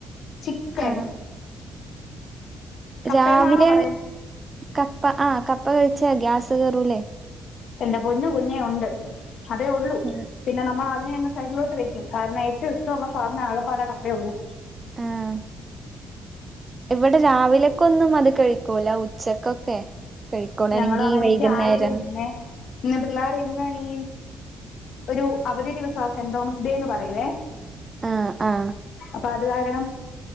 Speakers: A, on the left (about 65°); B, on the right (about 30°).
A: ചിക്കൻ
B: ആഹ്
A: കപ്പേന്നാണോ
B: രാവിലെ
A: പറയല്
B: കപ്പ ആഹ കപ്പ കഴിച്ച ഗ്യാസ് കയറൂല്ലേ
A: എന്റെ പൊഞ്ഞു കുഞ്ഞേ ഉണ്ട് അതേ ഉള്ളൂ
B: ഉം
A: പിന്നെ നമ്മൾ അതിനെ അങ്ങ് സൈഡിലോട്ട് വെക്കും കാരണം ഏറ്റവും ഇഷ്ടമുള്ള സാധനം ആകെ പാലട അപ്പേ ഉള്ളൂ
B: ആഹ് ഇവിടെ രാവിലൊക്കെന്നും അത് കഴിക്കൂല ഉച്ചക്കൊക്കെ കഴിക്കോളൂ
A: ഞങ്ങളും
B: അല്ലെങ്കി
A: അങ്ങനെയൊക്കെ
B: വൈകുന്നേരം
A: ആയിരുന്നു പിന്നെ ഇന്ന പിള്ളേർ എന്നന്താണ് ഈ ഒരു അവധി ദിവസം സെന്റ് തോമസ് ഡേ എന്ന് പറയുവേ
B: ആഹ ആഹ
A: അപ്പൊ അത് കാരണം